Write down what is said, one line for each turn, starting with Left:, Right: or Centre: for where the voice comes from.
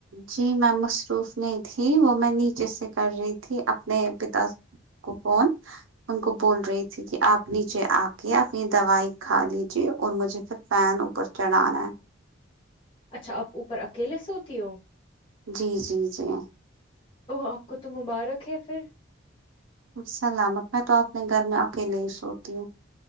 Right: جی میں مصروف نہیں تھی وہ میں نیچے سے کر رہی تھی اپنے پتا کوپون ان کو بول رہی تھی کہ آپ نیچے آ کے اپنی دوائی کھا لیجے اور مجھے پھر فین اوپر چڑھانا ہے
Left: اچھا آپ اوپر اکیلے سے ہوتی ہو
Right: جی جی جی
Left: آپ کو تو مبارک ہے پھر
Right: سلامت میں تو اپنے گھر میں اکیلے ہی سوتی ہوں